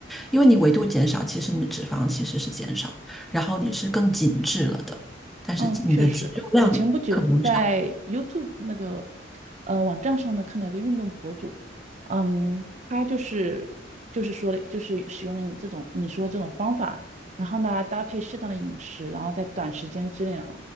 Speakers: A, in the centre; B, on the right (about 35°).
A: 因为你维度减少，其实你的脂肪其实是减少的，然后你是更紧致了的。但是你的肌肉量可能是
B: 嗯，确实，我前不久在 YouTube 那个呃网站上呢看到一个运动博主，嗯，他就是就是说的，就是使用了你这种你说这种方法，然后呢搭配适当的饮食，然后在短时间之内啊，